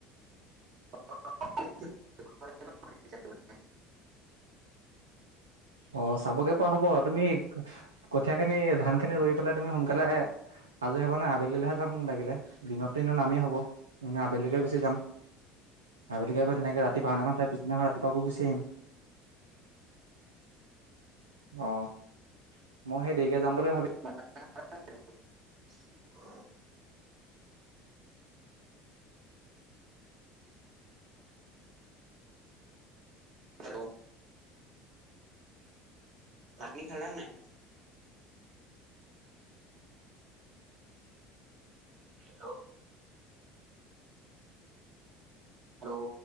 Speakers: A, on the right; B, on the right.
A: <inaudible>
B: অ চাবগে পৰা হ'ব তুমি কঠিয়া খিনি ধান খিনি ৰুই পেলাই তুমি সোনকালে আজৰি হবা নে আবেলিলৈহে যাম লাগিলে দিনতো এনে নামেই হব এনেই আবেলিলিকে গুচি যাম আবেলিকে আকৌ তেনেকে ৰাতি ভাওনাখন চাই পিছদিনাখন ৰাতিপুৱ আকৌ গুচি আহিম আহ মই সেই দেৰিকে যাম বুলি ভাবি
A: <inaudible> হেল্ল' পাটি খালা নাই হেল্ল' হেল্ল'